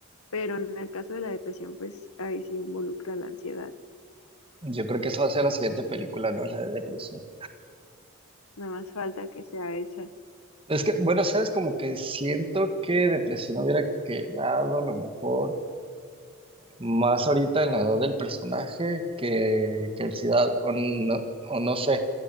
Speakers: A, on the left; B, on the right.
A: Pero en el caso de la depresión, pues ahí sí involucra la ansiedad,
B: Yo creo que esa va a ser la siguiente película, ¿no? La de depresión.
A: nada más falta que sea esa.
B: Es que, bueno, sabes, como que siento que depresión hubiera quedado a lo mejor más ahorita en la edad del personaje que, que ansiedad, o no, o no sé,